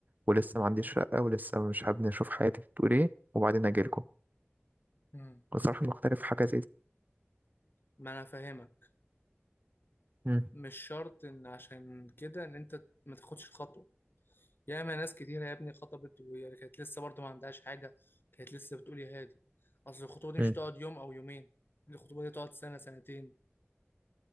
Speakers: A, on the right (about 40°); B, on the left (about 50°).
A: ولسه ما عنديش شقة ولسه مش حابب اشوف حياتي بتقول ايه وبعدين اجيلكم
B: مم.
A: بصراحة مختلف في حاجة زي دي
B: ما انا فاهمك
A: مم.
B: مش شرط ان عشان كده ان انت ما تاخدش الخطوه ياما ناس كتيره يا ابني خطبت وهي كانت لسه برضه ما عندهاش حاجه كانت لسه بتقول يا هادي اصل الخطوبه دي مش
A: مم.
B: تقعد يوم او يومين الخطوبه دي تقعد سنه سنتين